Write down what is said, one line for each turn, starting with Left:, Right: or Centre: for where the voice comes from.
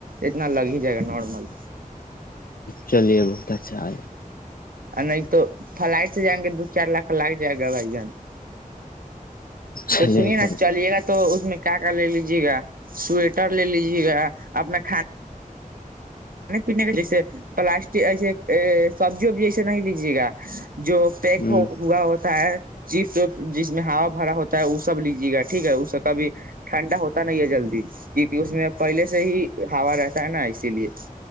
Right: اتنا لگ ہی جائے گا نارمل
Left: چلیے بہت اچھا آ
Right: نہیں تو فلائٹ سے جائیں گے دو چار لاکھ لگ جائے گا بھائی جان
Left: چلیے
Right: تو سنیے
Left: بہت
Right: گا تو اس میں کیا کا لے لیجے گا سویٹر لے لیجیے گا اپنا خان پینے کا جیس پلاسٹک ایسے سبزی وب نہیں لیجیے گا جو پیک
Left: ہ
Right: ہوا ہوتا ہے چیپس وپ جس میں ہا بھرا ہوتا وہ سب لیجیے گا ٹھیک ہے اس سے کبھی ٹھنڈا ہوتا نہیں ہے جلدی کیکہ اس میں پہلے سے ہی ہوا رہتا ہے نا اسی لیے